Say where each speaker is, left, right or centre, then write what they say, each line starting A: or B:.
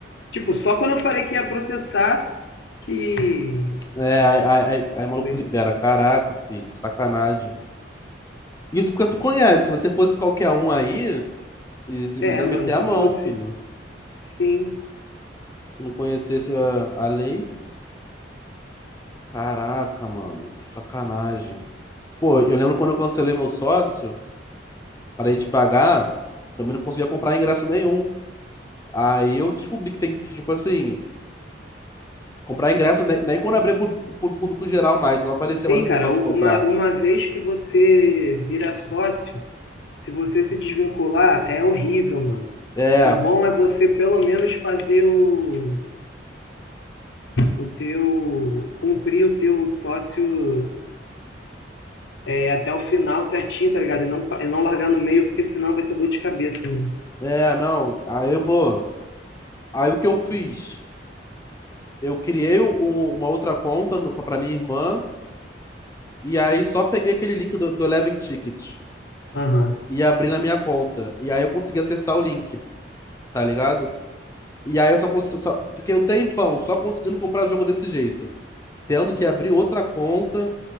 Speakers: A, on the left (about 75°); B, on the left (about 20°).
A: Tipo, só quando eu falei que ia processar que.
B: É, aí, aí, aí, aí o maluco
A: Oi.
B: libera. Caraca, filho, que sacanagem. Isso porque tu conhece. Se você fosse qualquer um aí, is- is
A: É,
B: ia
A: mano,
B: meter a
A: se
B: mão,
A: fosse.
B: filho.
A: Sim.
B: Se não conhecesse a, a lei, caraca, mano, que sacanagem. Pô, eu lembro quando eu cancelei meu sócio, parei de pagar, também não conseguia comprar ingresso nenhum. Aí eu descobri que tem que, tipo assim, comprar ingresso nem, nem quando abrir pro, pro público geral mais, não aparecia
A: Sim,
B: mais o
A: cara,
B: botão
A: u-
B: de comprar.
A: uma, uma vez que você vira sócio, se você se desvincular, é horrível, mano.
B: É,
A: O bom é você pelo menos fazer o. o teu cumprir o teu sócio é, até o final certinho, tá ligado? E não, e não largar no meio, porque senão vai ser dor de cabeça, mano.
B: é, não. Aí eu vou. Aí o que eu fiz? Eu criei o- o- uma outra conta no, pra minha irmã, e aí só peguei aquele link do, do Eleven Tickets
A: Aham.
B: e abri na minha conta. E aí eu consegui acessar o link. tá ligado? E aí eu só, cons- só- fiquei um tempão só conseguindo comprar o jogo desse jeito, tendo que abrir outra conta,